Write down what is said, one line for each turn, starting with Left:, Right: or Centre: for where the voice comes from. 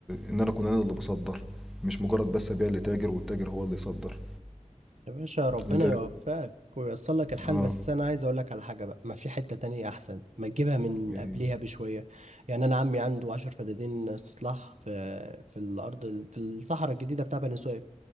Centre: إن أنا أكون أنا اللي بصدر مش مجرد بس أبيع لتاجر والتاجر هو اللي يصدر
Right: يا باشا ربنا
Centre: أنا تاجر
Right: يوفقك وييسر لك الحال
Centre: آه
Right: بس انا عايز اقول لك على حاجه بقى ما في حته تانية احسن ما تجيبها من
Centre: إيه
Right: قبليها
Centre: هي؟
Right: بشويه يعني انا عمي عنده 10 فدادين استصلاح في في الارض ال- في الصحراء الجديده بتاع بني سويف